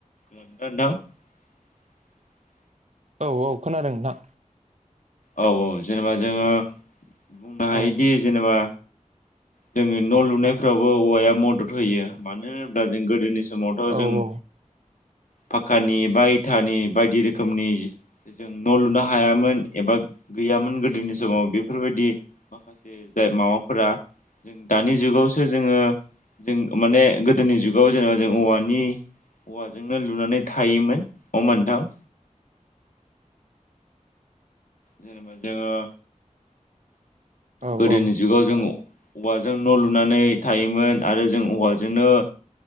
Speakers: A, on the left; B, on the right.
A: <unintelligible>
B: औ औ खोनादों ना।
A: औ औ जेनेबा जोङो बुंनो हायोदि
B: औ
A: जेनेबा जोङो न' लुनायफ्रावबो औवाया मदद होयो मानो होनब्ला जों गोदोनि समाव समावथ'
B: औ
A: जों
B: औ
A: फक्कानि बा इथानि बायदि रोखोमनि जों न' लुनो हायामोन एबा गैयामोन गोदोनि
B: औ
A: समाव बेफोरबायदि माखासे जाय माबाफोरा जों दानि जुगावसो जोङो जों माने गोदोनि जुगाव जेनेबा जों औवानि औवाजोंनो लुनानै थायोमोन <unintelligible> मोनथाम? जेनेबा जोङो
B: औ
A: गोदोनि
B: औ
A: जुगाव जों औवाजों न' लुनानै थायोमोन आरो जों औवाजोंनो